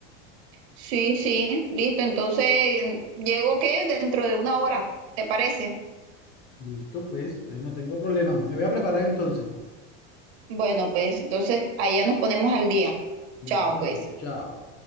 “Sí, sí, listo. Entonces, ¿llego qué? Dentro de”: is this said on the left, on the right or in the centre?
Right